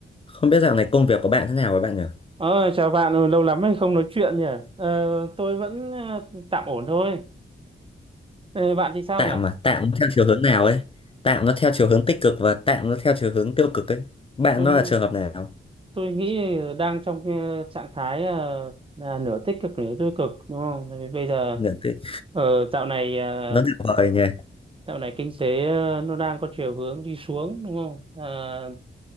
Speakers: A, on the left; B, on the right.
A: Không biết dạo này công việc của bạn thế nào với bạn nhỉ?
B: Ờ, chào bạn, Ừ, lâu lắm rồi không nói chuyện nhỉ? Ờ, tôi vẫn ờ, tạm ổn thôi. Ờ, bạn thì sao
A: Tạm
B: nhỉ?
A: mà, tạm nó theo chiều hướng nào ấy? Tạm nó theo chiều hướng tích cực và tạm nó theo chiều hướng tiêu cực ấy. Bạn
B: Tôi
A: nó là trường hợp nào?
B: tôi nghĩ đang trong ờ, trạng thái ờ, là nửa tích cực nửa tiêu cực đúng không? Tại vì Bây giờ
A: Nhận tích.
B: ờ, dạo này ờ,
A: Nó tuyệt vời nhỉ.
B: Dạo này kinh tế ờ, nó đang có chiều hướng đi xuống đúng không? Ờ,